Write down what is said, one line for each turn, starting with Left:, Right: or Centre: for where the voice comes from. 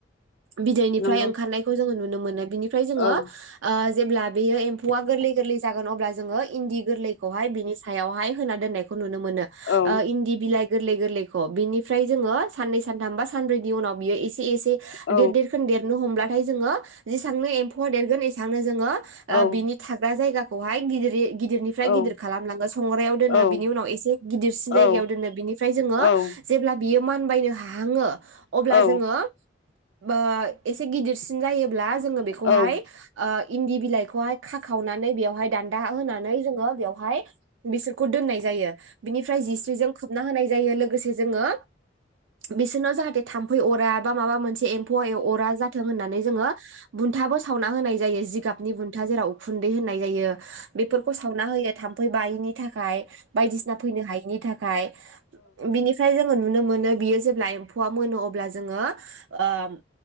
Right: बिदैनिफ्राय
Left: नंगौ
Right: ओंखारनायखौ जोङो नुनो मोनो। बिनिफ्राय जोङो
Left: औ
Right: ओ जेब्ला बेयो एम्फौ फौवा गोरलै गोरलै जागोन अब्ला जोङो इन्दि गोरलैखौहाय बिनि सायावहाय होना दोननायखौ नुनो मोनो।
Left: औ
Right: ओ इन्दि बिलाइ गोरलै गोरलैखौ बिनिफ्राय जोङो साननै सानथाम बा सानब्रैनि उनाव बियो एसे एसे
Left: औ
Right: देर देरखोन देरनो हमब्ला फाय जोङो जेसांनो एम्फौआ देरगोन एसांनो जोङो
Left: औ
Right: ओ बिनि थाग्रा जायगा खौहाय गिदिरि गिदिरनिफ्राय
Left: औ
Right: गिदिर खालामलाङो संग्रायाव दोनो
Left: औ
Right: बिनि
Left: औ
Right: उनाव एसे गिदिरसिन जायगायाव
Left: औ
Right: दोनो बिनि जोङो
Left: औ
Right: जेब्ला बियो मानबायनो हाहाङो
Left: औ
Right: अब्ला
Left: औ
Right: जोङो बा एसे गिदिरसिन जायोब्ला जोङो बेखौहाय
Left: औ
Right: ओ इन्दि बिलाइखौहाय खाखावनानै बेवहाय दान्दा होनानै जोङो बेयावहाय बिसोरखौ दोन्नाय जायो बिनिफ्राय जिस्रिजों खोबना होनाय जायो लो गोसे जोङो बिसोरनाव जाहाथे थाम्फै अरा बा माबा मोनसे से एम्फौ अरा जाथों होन्नानै जोङो बुन्थाबो सावना होनाय जायो जिगाबनि बुन्था जेराव उखुन दै होन्नाय जायो बेफोरखौ सावना होयो थाम्फै बायैनि थाखाय बायदिसिना फैनो हायैनि था खाय बिनिफाय जो ङो नुनो मोनो बियो जेब्ला एम्फौआ मोनो अब्ला जोङो ओम